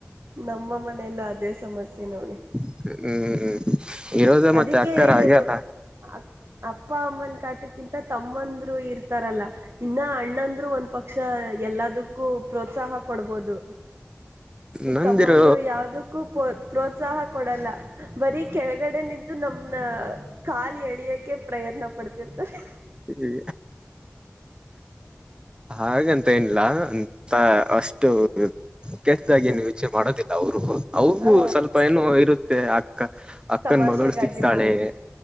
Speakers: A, on the right; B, on the right.
A: ನಮ್ಮ ಮನೆಯಲ್ಲೂ ಅದೇ ಸಮಸ್ಯೆ ನೋಡಿ
B: ಹ್ಮ್ ಹ್ಮ್ <unintelligible> ಇರೋದ
A: ಅದಕ್ಕೆೇ
B: ಮತ್ತೆ ಅಕ್ಕರ
A: ಹೇಳುದುಆಗ್
B: ಹಾಗೆ ಅಲ್ಲ
A: ಅಪ್ಪ ಅಮ್ಮನ ಕಾಟಕ್ಕಿಂತ ತಮ್ಮಂದ್ರು ಇರ್ತಾರಲ್ಲ ಇನ್ ಇನ್ನ ಅಣ್ಣಂದ್ರು ಒಂದ್ ಪಕ್ಷ ಎಲ್ಲದಕ್ಕೂ ಪ್ರೋತ್ಸಾಹ ಕೊಡ್ಬಹದು ಈ
B: ನಂದಿರೋ
A: ತಮ್ಮಂದ್ರು ಯಾವ ಯಾವುದಕ್ಕೂ ಪ್ರೋತ್ಸಾಹ ಕೊಡಲ್ಲ ಬರೀ ಕೆಳ ಈಗಡೆ ನಿಂತು ನಮ್ನ ಕಾಲ್ ಎಳಿಯಕ್ಕೆೆ ಪ್ರಯತ್ನ ಪಡ್ತಿರ್ತಾರೆ
B: ಇದಿ ಹಾಗಂತ ಏನಿಲ್ಲ ಅಂತ ಅಷ್ಟು ಕೆಟ್ಟ್ದಾಗಿ ಏನು ಯೋಚ್ನೆ ಮಾಡೋದಿಲ್ಲ ಅವರು ಅವ್ರಿಗೂ
A: ಆ
B: ಸ್ವಲ್ಪ ಏನು ಇರುತ್ತೆ ಅಕ್ಕ ಅಕ್ಕನ್
A: ತಮಾಷೆಗಾಗಿ
B: ಮಗಳು ಸಿಕ್ತಾಳೆ
A: ಮಾಡ್ತೀರಿ